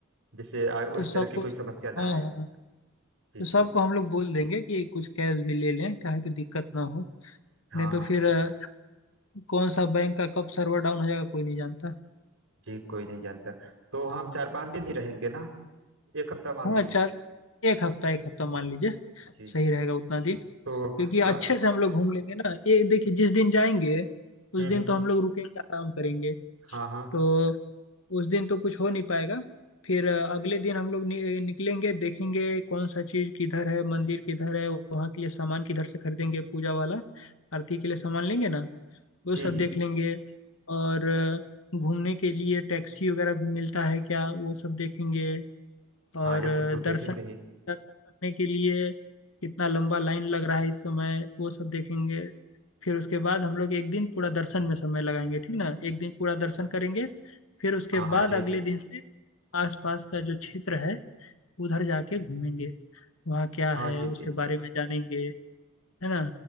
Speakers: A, on the right; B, on the left.
A: जिससे आ-
B: तो
A: उस
B: सबको
A: तरह की कोई समस्या ना
B: हाँ
A: आए
B: हाँ हाँ,
A: जी
B: तो सबको
A: जी
B: हम लोग बोल देंगे कि कुछ कैश भी ले लें काहे कि दिक्कत ना हो
A: हाँ
B: नहीं तो
A: हाँ
B: फिर
A: जी
B: अ, कौन सा बैंक का कब सर्वर डाउन हो जाएगा कोई नहीं जानता
A: जी कोई नहीं जानता तो हम चार पांच दिन ही रहेंगे ना एक हफ्ता मान
B: हाँ
A: लीजिए
B: चार एक हफ्ता एक हफ्ता मान लीजिए
A: जी जी
B: सही रहेगा उतना दिन
A: तो
B: क्योंकि अच्छे
A: आ,
B: से हम लोग घूम लेंगे ना ये देखिए जिस दिन जाएंगे उस
A: हम्म
B: दिन
A: हम्म
B: तो हम लोग रुकेंगे आराम करेंगे
A: हाँ हाँ
B: तो उस दिन तो कुछ हो नहीं पाएगा फिर अ, अगले दिन हम लोग नि, निकलेंगे देखेंगे कौन सा चीज किधर है मंदिर किधर है वहाँ के लिए सामान किधर से खरीदेंगे पूजा वाला आरती के लिए सामान लेंगे ना वो
A: जी
B: सब
A: जी
B: देख लेंगे और अ, घूमने के लिए टैक्सी वगैरह भी मिलता है क्या वो सब देखेंगे और
A: हाँ यह
B: अ,
A: सब तो देखेंगे
B: दर्शन
A: ही
B: दर्शन करने के लिए कितना लंबा लाइन लग रहा है इस समय वो सब देखेंगे फिर उसके बाद हम लोग एक दिन पूरा दर्शन में समय लगाएंगे ठीक ना एक दिन पूरा दर्शन करेंगे फिर उसके
A: हाँ हाँ
B: बाद
A: जी
B: अगले
A: जी
B: दिन से आसपास का जो क्षेत्र है उधर जाके घूमेंगे वहाँ क्या
A: हाँ
B: है
A: जी
B: उसके
A: जी
B: बारे में जानेंगे है ना